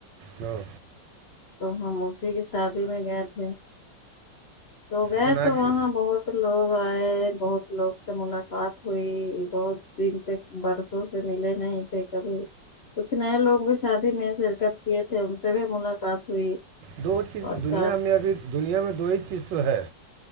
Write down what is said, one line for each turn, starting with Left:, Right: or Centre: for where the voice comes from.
Right: ہاں
Left: تو ہم اسی کی شادی میں گئے تھے تو گئے
Right: سنا
Left: تو وہاں
Right: کہ
Left: بہت ب لوگ آئے بہت لوگ سے ملاقات ہوئی بہت چن سے برسوں سے ملے نہیں تھے کبھی کچھ نئے لوگ بھی شادی میں شرکت کیے تھے ان سے بھی ملاقات ہوئی
Right: دو چیز
Left: اور
Right: دنیا
Left: ساتھ
Right: میں ابھی دنیا میں دو ایک چیز تو ہے